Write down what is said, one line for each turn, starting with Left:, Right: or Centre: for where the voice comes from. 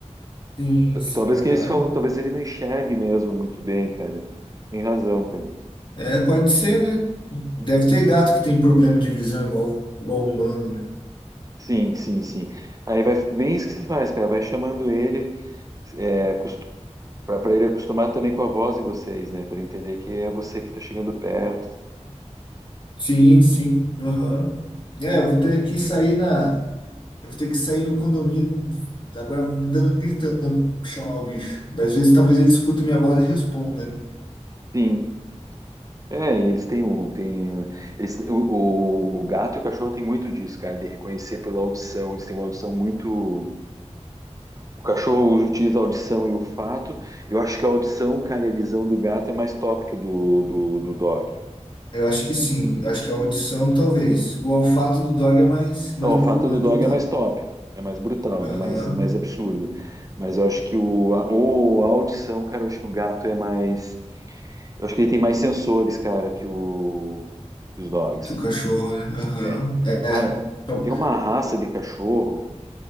Left: Sim,
Right: T-
Left: sim,
Right: Talvez
Left: aham.
Right: que ele se falou, talvez ele não enxergue mesmo muito bem, cara. Tem razão, cara.
Left: É, pode ser, né? Deve ter gato que tem problema de visão igual, igual humano, né?
Right: Sim, sim, sim. Aí vai bem isso que você faz, cara. Vai chamando ele, é, para ele acostumar também com a voz de vocês, né? Para ele entender que é você que tá chegando perto.
Left: Sim,
Right: E-
Left: sim, aham. É, eu vou ter que sair na. Eu vou ter que sair no condomínio, agora dando, gritando, chamar o bicho. Às vezes, talvez ele escute minha voz e responda, né?
Right: Sim. É, e eles têm o, tem, eles, o, o- o gato e o cachorro têm muito disso, cara, de reconhecer pela audição. Eles têm uma audição muito. O cachorro utiliza a audição e o fato. Eu acho que a audição, cara, e a visão do gato é mais top que do, do, do dog.
Left: Eu acho que sim, eu acho que a audição, talvez. O olfato do dog é mais, mais,
Right: O
Left: bru-
Right: fato
Left: mais
Right: do
Left: brutal.
Right: dog é mais top, é mais brutal,
Left: Aham,
Right: é mais, mais absurdo. Mas eu acho que o, a, o, a audição, cara, eu acho que o gato é mais. Eu acho que ele tem mais sensores, cara, que, o, que os dogs.
Left: Que o cachorro, né? Aham,
Right: É.
Left: É.
Right: Cara,
Left: é. Então,
Right: tem uma raça de cachorro,